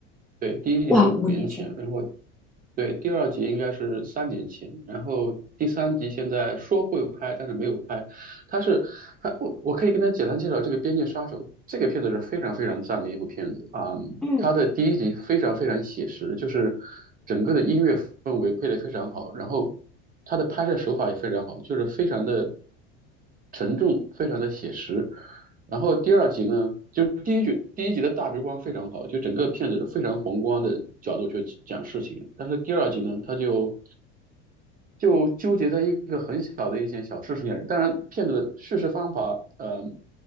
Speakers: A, on the right; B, in the centre.
A: 对，第一集是五年前，
B: 哇，五年前，
A: 然后对，第二集应该是三年前，然后第三集现在说会拍，但是没有拍。他是他，我我可以跟他简单介绍这个《边界杀手》这个片子是非常非常赞的一部片子啊、嗯它的第一集非常非常写实，
B: 嗯
A: 就是整个的音乐氛围配得非常好，然后它的拍摄手法也非常好，就是非常的沉重，非常的写实。然后第二集呢，就第一集第一集的大局观非常好，就整个片子是非常宏观的角度去讲事情。但是第二集呢，他就就纠结在一个很小的一件小事情上。当然，片子的叙事方法，呃，